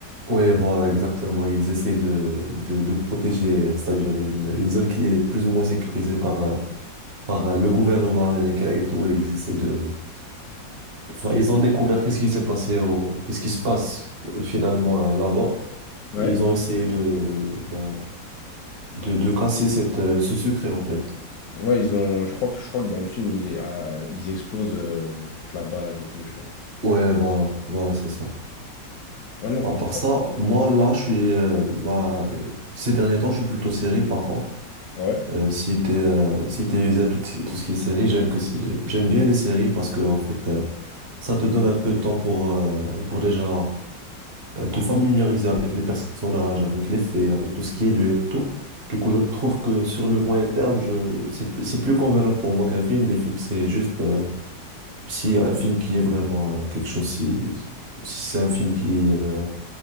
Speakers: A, on the right; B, on the left.
A: Oui, voilà, exactement. Ils essaient de, de, de protéger, c'est-à-dire une, une zone qui est plus ou moins sécurisée par, euh, par euh, le gouvernement américain et tout, et ils essaient de... Enfin, ils ont découvert qu'est-ce qui s'est passé, au- qu'est-ce qui se passe euh, finalement euh, là-bas,
B: Ouais.
A: et ils ont essayé de, ben, de, de casser cette, euh, ce secret, en fait.
B: Ouais, ils ont, je crois que, je crois que dans le film, ils, euh, ils explosent euh, toute la base et tout, tu vois.
A: Ouais, voilà, voilà, c'est ça.
B: Ouais, non, franchement,
A: À part ça, moi, là, je suis... euh, ben, euh, ces derniers temps, je suis plutôt série, par contre.
B: ouais.
A: Euh, si t'es euh, si t'es usé à tout, tout ce qui est série, j'aime que c'est- j'aime bien les séries parce que en fait euh, ça te donne un peu de temps pour euh, pour déjà euh, te familiariser avec les personnages, avec les faits, avec tout ce qui est lieu et tout. Du coup, je trouve que sur le moyen terme, je, c'est, plus- c'est plus convenable pour moi qu'un film. Les films, c'est juste, euh, si un film qui est vraiment euh, quelque chose, si, si c'est un film qui, euh,